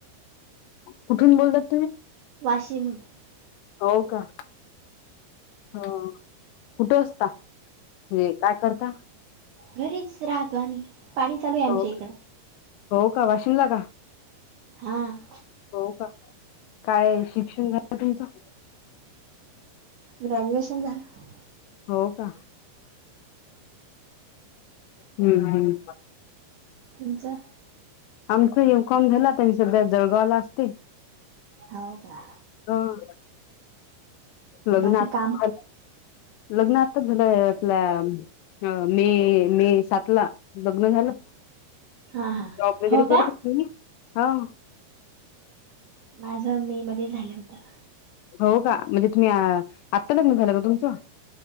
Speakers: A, on the left; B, on the right.
A: कुठून बोलतात तुम्ही
B: वाशी मधुन
A: हो कां हं कुठे असतां हेे कायं करतां
B: घरीचं राहतो आम्हीं पाणी चालूं आहे आमच्यां
A: हो का
B: इकडं
A: हो कां वाशीम लां कां
B: हां,
A: हो कां कायं शिक्षणं झालं त्यांचं
B: ग्रॅज्युएशनं झालं
A: हो कां हम्मं हम्मं
B: तुमचं
A: आमचं एमकॉम झालं तरू संध्या जळगांवला असतेय.
B: होव कां
A: हां लग्नांत
B: बाकी काम
A: लग्नांत यावर्षी झालंय आपल्यां हं मे मे सात लां लग्नं झालं
B: हा हा
A: जॉब वगैरें
B: हो
A: करतं
B: का
A: असतीलं की हां
B: माझं मे मध्यें झालं होतं.
A: हो कां म्हणजे तुम्हींचं आत्तां लग्नं झालं कां तुमचं